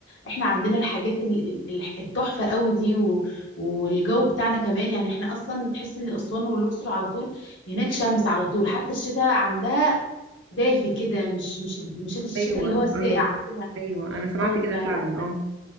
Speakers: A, on the left; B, on the right.
A: احنا عندنا الحاجات ال- ال- ال- التحفة قوي دي و- والجو بتاعنا كمان يعني احنا اصلا تحس ان اسوان والاقصر على طول هناك شمس على طول حتى الشتاء عندها دافي كده مش مش مش الشتاء
B: ايوه
A: اللي هو الساقع
B: ايوه
A: عندنا
B: ايوه انا سمعت
A: اه
B: كده
A: فلا
B: فعلا اه